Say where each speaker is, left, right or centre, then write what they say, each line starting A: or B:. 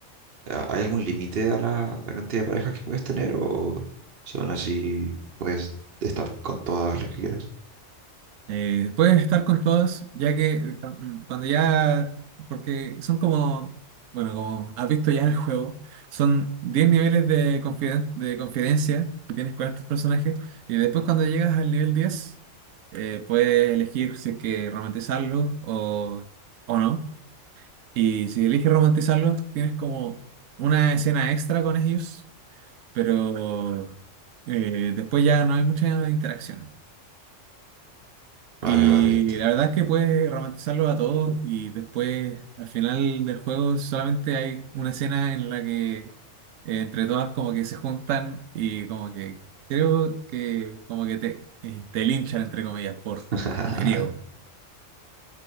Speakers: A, on the right; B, on the right.
A: ¿ha- ¿Hay algún límite a la, la cantidad de parejas que puedes tener o son así, puedes estar con todas las que quieras?
B: Eh, puedes estar con todos, ya que eh, cu- cuando ya, porque son como, bueno, como has visto ya el juego, son 10 niveles de, confiden- de confidencia que tienes con estos personajes, y después cuando llegas al nivel 10 eh, puedes elegir si es que romantizarlos o, o no, y si eliges romantizarlos, tienes como una escena extra con ellos, pero eh, después ya no hay mucha interacción.
A: Vale,
B: Y
A: vale. entiendo.
B: la verdad es que puedes romantizarlos a todos y después al final del juego solamente hay una escena en la que eh, entre todas como que se juntan y como que creo que como que te, eh, te linchan entre comillas por
A: <laughs>
B: mujeriego.